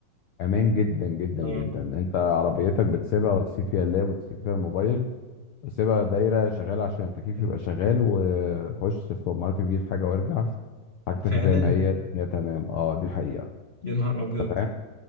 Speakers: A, on the left; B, on the left.
A: أمان جدا جدا
B: اه
A: جدا أنت عربيتك بتسيبها وتسيب فيها اللاب وتسيب فيها الموبايل وتسيبها دايرة شغالة عشان التكييف يبقى شغال وخش السوبر ماركت تجيب حاجة وارجع حاجتك
B: فعلا
A: زي ما هي الدنيا تمام اه دي حقيقة
B: يا نهار أبيض
A: تمام